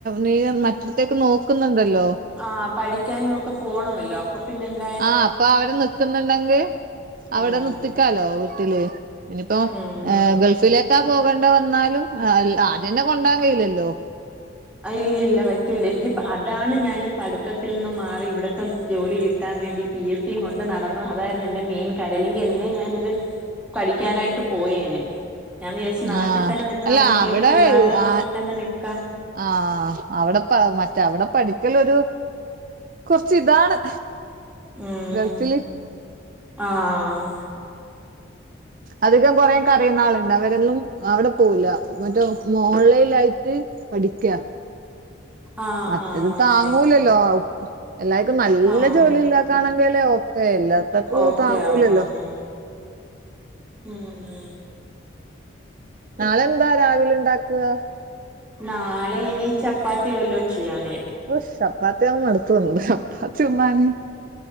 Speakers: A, on the right; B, in the centre.
A: നീ മറ്റടത്തേക്ക് നോക്കുന്നുണ്ടല്ലോ
B: ആ പഠിക്കാനും ഒക്കെ പോണമല്ലോ അപ്പൊ പിന്നെ എന്ത
A: ആഹ അപ്പ അവര് നിക്കുന്നുണ്ടെങ്കിൽ അവിടെ
B: ഉം
A: നിത്തിക്കാലോ വീട്ടില് ഇനിയിപ്പോ
B: ഉം
A: ഏ ഗൾഫിലേക്കാ പോകേണ്ട വന്നാലും, ആദ്യംന്നെ കൊണ്ടാൻ കഴില്ലല്ലോ
B: അത് ഇല്ല ഇല്ല പറ്റൂല്ല എനിക്ക് അതാണ് ഞാൻ ഈ പഠിത്തത്തിൽ നിന്ന് മാറി ഇവിടത്തെ ജോലി കിട്ടി കിട്ടാൻ വേണ്ടി പി എസ് സിയും കൊണ്ട് നടന്നു അതായിരുന്നു എന്റെ മെയിൻ കാര്യം അല്ലെങ്കിൽ എന്നെ ഞാാനിത് പഠിക്കാനായിട്ട് പോയേനെ ഞാൻ വിചാരിച്ച് നാട്ടിൽ
A: ആഹ്
B: തന്നെ നിക്കാൻ
A: അല്ല
B: പറ്റിയെങ്കിൽ
A: അവിടെ
B: പിള്ളേരുടെ കൂടെ
A: ആ
B: എന്ന നിക്ക
A: ആഹ് അവിടെപ്പ മറ്റ അവിടെ പഠിക്കലൊരു. കൊർച്ച് താണ്.
B: ഉം
A: ഗൾഫില്.
B: ആഹ്
A: അധികം കൊറേ കരയുന്ന ആളുണ്ട്, അവരൊന്നും അവിടെ പോവില്ല, മറ്റേ ഓൺലൈനായിട്ട്. പഠിക്ക.
B: ആഹ്
A: മറ്റേത്
B: ആഹ്
A: താങ്ങൂലല്ലോ.
B: ഓൺലൈൻ
A: ഒ എല്ലാർക്കും നല്ല
B: ആഹ്
A: ജോലി ഇല്ലാ കാണെങ്കിൽ ഓക്കെ, എല്ലാത്തക്ക്
B: ഓക്കെ
A: താങ്ങൂലല്ലോ.
B: ആവു ആഹ് ഉം..
A: നാളെന്താ രാവിലെ ണ്ടാക്ക്വ?
B: നാളെ ഇനി ചപ്പാത്തി വല്ലും ചെയ്യാന്ന
A: ഓ ചപ്പാത്തിമടുത്ത ഉള്ളൂ, ചപ്പാത്തി ഉമ്മാനി.